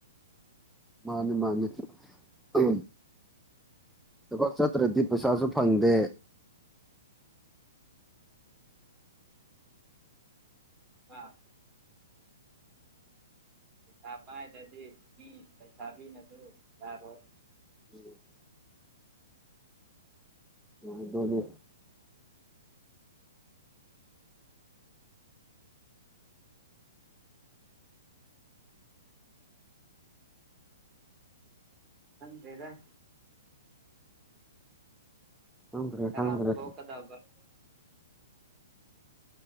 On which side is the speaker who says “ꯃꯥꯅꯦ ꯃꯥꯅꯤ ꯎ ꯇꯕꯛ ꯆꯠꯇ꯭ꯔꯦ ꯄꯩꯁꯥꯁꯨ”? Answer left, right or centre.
Centre